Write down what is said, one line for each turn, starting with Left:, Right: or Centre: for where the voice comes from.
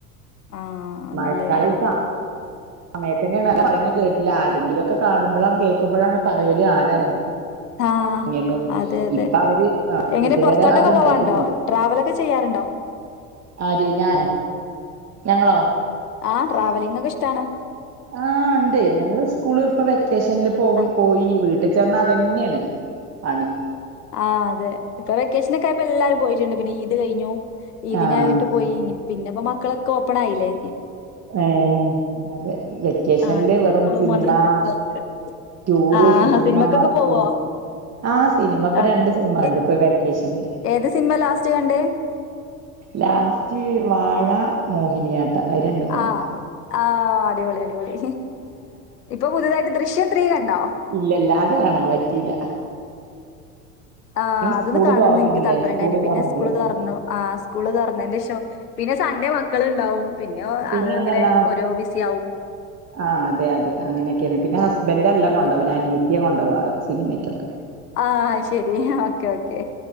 Left: ആഹ് അ
Right: മഴക്കാലം
Left: നല്ലേ
Right: ഈ സമയത്ത് തന്നെയാണ് പറയുന്നത് കേട്ടില്ല ആരെങ്കിലൊക്കെ കാണുമ്പോഴാണ് കേൾക്കുമ്പോഴാണ് പറയല് ആന എറങ്ങി
Left: ആഹ്
Right: ങ്ങിയെണ്ണൂന്ന്
Left: അതെ അതെ
Right: ഇപ്പ അവര് അഹ്
Left: എങ്ങനെ
Right: ഇതുവരെ
Left: പുറത്തോട്ടൊക്കെ
Right: ആരും ഉണ്ടായിട്ടില്ല
Left: പോവാണ്ടോ ട്രാവലൊക്കെ ചെയ്യാറുണ്ടോ
Right: ആര് ഞാ ഞങ്ങളോ
Left: ആഹ് ട്രാവലിംഗക്കെ ഇഷ്ട്ടാണ്
Right: ആഹ്ണ്ടേ ഞങ്ങള്സ് കൂള്പ്പൊ വെക്കേഷനിൽ പോയി
Left: ആ
Right: പോയി വീട്ടി ചെന്ന അതന്നെണ് പണി
Left: ആഹ് അതെ ഇപ്പൊ വെക്കേഷനക്കെ ആയപ്പോ എല്ലാരും പോയിറ്റ്ണ്ട് പിന്നെ ഈദ് കഴിഞ്ഞു ഈതിനായിട്ട്
Right: ആഹ്
Left: പോയി ഇനി പിന്നെപ്പോ മക്കളൊക്കെ ഓപ്പണായില്ലേ
Right: ഏഹ് അത് വെക്കേഷനില്
Left: ആഹ് ഇനിപ്പോ
Right: വെറും
Left: സ്കൂളും
Right: സിനിമാ
Left: മദ്രസയും ഒക്കെ ആയിട്ട്
Right: ടുറ്
Left: ആഹ്
Right: സിനിമ
Left: സിനിമക്കൊക്കെ പോവോ
Right: ഉം ആഹ് സിനിമപ്പൊ
Left: ആ
Right: രണ്ട് സിനിമ കണ്ടുപ്പൊ
Left: എ-
Right: വെക്കേഷനില്
Left: ഏത് സിനിമേ ലാസ്റ്റ് കണ്ട്
Right: ലാസ്റ്റ് വാഴ മോഹിനിയാട്ട അഹ് രണ്ടും കണ്ടു
Left: ആഹ് ആഹ് അടിപൊളി അടിപൊളി ഇപ്പൊ പുതുതായിട്ട് ദൃശ്യം ത്രീ കണ്ടോ
Right: ഇല്ല ഇല്ല അത് കാണാ പറ്റില
Left: ആഹ് അതൊന്ന്
Right: സ്കൂള്
Left: കാണന്ന്
Right: തുറന്നില്ലേ
Left: എനിക്ക് താപര്യണ്ടായിന്
Right: സ്കൂള്
Left: പിന്നെ
Right: തുറന്നില്ലേ
Left: സ്കൂള് തുറന്നു ആഹ് സ്കൂള് തുറന്നന്റെ ശേഷം പിന്നെ സൺഡേ മക്കള്ണ്ടാവും പ്പൊ
Right: പിന്നെ
Left: അത്ങ്ങനെ
Right: അതല്ല
Left: ഓരോ ബിസി ആവും
Right: ആഹ് അതെ അത അങ്ങനെക്കെണ് പിന്നെ ഹസ്ബൻഡ് അല്ല
Left: അത്
Right: കൊണ്ടോവല് അനിയ ത്തിയാ കൊണ്ടോവാർ സിനിമയ്ക്കൊക്കെ
Left: ആഹ് ശെരി ഓക്കേ ഓക്കേ